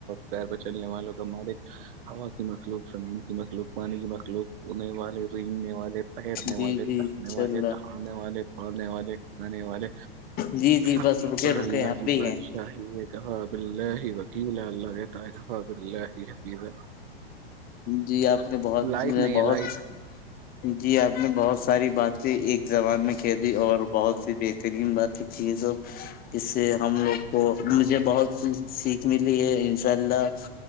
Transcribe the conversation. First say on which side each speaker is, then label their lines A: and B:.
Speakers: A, on the right; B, on the left.
A: پیر پر چلنے والوں کا مالک ہوا کی مخلوق زمین کی مخلوق پانی کی مخلوقنے والے رگنے والے تیرنے
B: جی
A: والے
B: جی
A: لنے
B: انشاء
A: والے
B: اللہ
A: تھانے والے پڑھنے والے ہے والے
B: جی جی
A: ابر
B: بس رکے رکے
A: اللہ
B: ہم
A: بادشاہی
B: بھی ہیں
A: نے کہا ب ہی وکیل <unintelligible> ہے کہا باللہ حفیظ
B: جی آپ نے بہت
A: لائٹ نہیں
B: بہت
A: ہے لائٹ
B: جی آپ نے بہت ساری بات سے ایک زبان میں ک دی اور بہت سی بہترین بات چیزو اس سے ہم لوگ کو مجھے بہت سیکھ ملی ہے انشاء اللہ